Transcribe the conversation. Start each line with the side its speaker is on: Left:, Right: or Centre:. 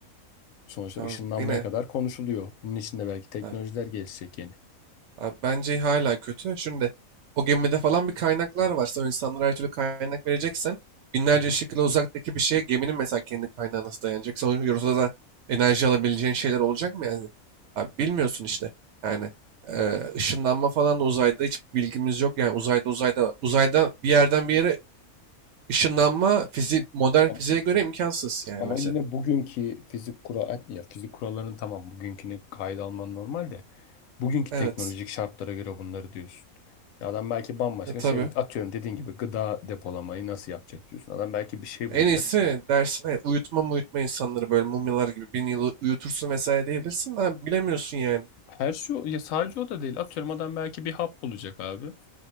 Left: Sonuçta
Right: Abi
Left: ışınlanmaya
Right: yine
Left: kadar konuşuluyor. Bunun için de belki teknolojiler
Right: abi.
Left: gelişecek yeni.
Right: Abi bence hala kötü. Şimdi o gemide falan bir kaynaklar varsa o insanlara her türlü kaynak vereceksen binlerce
Left: Hı hı.
Right: ışık yılı uzaktaki bir şeye geminin mesela kendi kaynağı nasıl dayanacak? Sonra ortada da enerji alabileceğin şeyler olacak mı yani? Abi bilmiyorsun işte. Yani e, ışınlanma falan da uzayda hiç bilgimiz yok. Yani uzayda uzayda uzayda bir yerden bir yere ışınlanma fizik modern
Left: Ama
Right: fiziğe göre imkansız yani
Left: ama
Right: mesela.
Left: yine bugünkü fizik kural ya fizik kurallarının tamam bugünkünü kayda alman normal de Bugünkü
Right: Evet.
Left: teknolojik şartlara göre bunları diyorsun. Ya adam belki bambaşka
Right: E, tabii.
Left: şey atıyorum dediğin gibi gıda depolamayı nasıl yapacak diyorsun. Adam belki bir şey
Right: En
Left: bulacak.
Right: iyisi dersine uyutma uyutma insanları böyle mumyalar gibi bin yıl uyutursun vesaire diyebilirsin. Abi bilemiyorsun yani.
Left: Her şey o- ya sadece o da değil. Atıyorum adam belki bir hap bulacak abi.